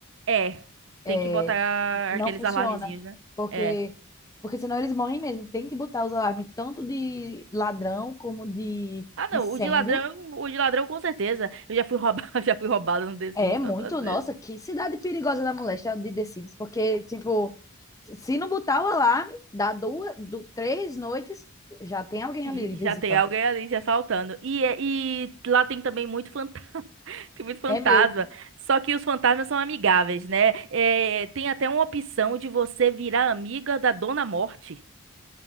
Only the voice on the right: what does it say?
É.
Tem que botar
aqueles
alarmezinhos, né?
É.
Ah, não.
O de ladrão, o de ladrão com certeza. Eu já fui roubado, <laughs> já fui roubado no The Sims
tantas vezes.
E
Já
tem alguém ali te assaltando. E, é- e lá tem também muito fantasma. <laughs> Tem muito fantasma.
Só que os fantasmas são amigáveis, né? É, tem até uma opção de você virar amiga da Dona Morte.